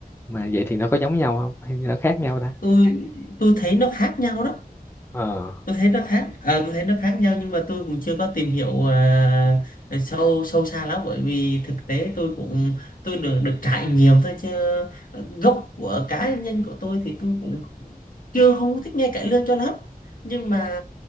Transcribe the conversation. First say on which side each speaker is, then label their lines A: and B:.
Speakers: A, on the left; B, on the left.
A: mà vậy thì nó có giống nhau không hay nó khác nhau ta
B: tôi tôi thấy nó khác nhau đó
A: ờ
B: tôi thấy nó khác ờ, tôi thấy nó khác nhau nhưng mà tôi cũng chưa có tìm hiểu à, sâu sâu xa lắm bởi vì thực tế tôi cũng tôi được được trải nghiệm thôi chứ gốc của cá nhân của tôi thì tôi cũng chưa không có thích nghe cải lương cho lắm nhưng mà